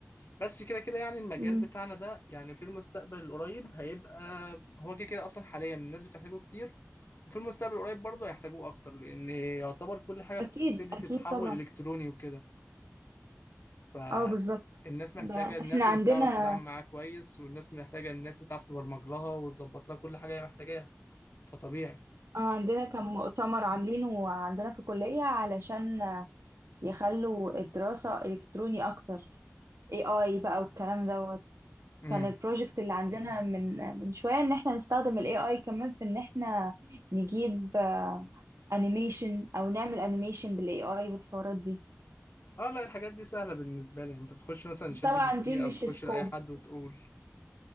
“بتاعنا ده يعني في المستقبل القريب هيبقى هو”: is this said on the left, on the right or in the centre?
Left